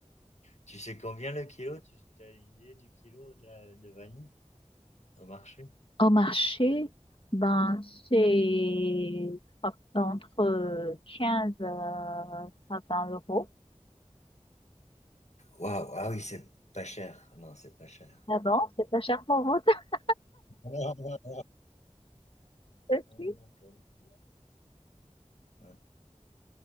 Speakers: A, on the left (about 65°); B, on the left (about 45°).
A: Tu sais combien le kilo? Tu as une idée du kilo de, la- de vanille au marché?
B: Au marché, ben, c'est euh, entre euh, 15 euh, à 20 euros.
A: Waouh, ah oui, c'est pas cher. Non, c'est pas cher.
B: Ah bon, c'est pas cher pour vous, ça
A: <laughs>
B: aussi?
A: Non, non, non, non, non, pour nous, ouais.